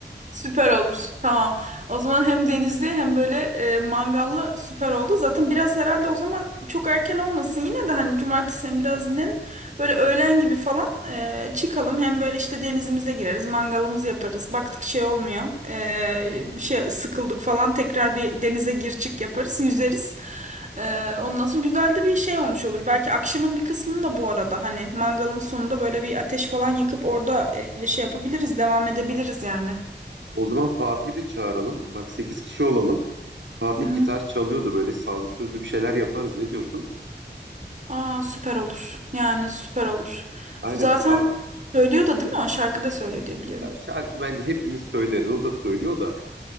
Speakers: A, on the right; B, on the right.
A: Süper olur. Tamam. O zaman hem denizli hem böyle e, mangallı süper oldu. Zaten biraz herhalde o zaman çok erken olmasın yine de hani cumartesi hem biraz dinlenin. Böyle öğlen gibi falan e, çıkalım. Hem böyle işte denizimize gireriz, mangalımızı yaparız. Baktık şey olmuyor. E, bir şey sıkıldık falan tekrar bir denize gir çık yaparız, yüzeriz. E, ondan sonra güzel de bir şey olmuş olur. Belki akşamın bir kısmını da bu arada hani mangalın sonunda böyle bir ateş falan yakıp orada e, şey yapabiliriz, devam edebiliriz yani.
B: O zaman Fatih'i de çağıralım. Bak 8 kişi olalım. Fatih
A: Hı hı.
B: gitar çalıyordu böyle sazlı sözlü bir şeyler yaparız. Ne diyorsun?
A: Aa süper olur. Yani süper olur.
B: Aynen
A: Zaten
B: Fatih.
A: söylüyor da değil mi? O şarkı da söylüyor diye biliyorum.
B: şarkı bence hepimiz söyleriz. O da söylüyor da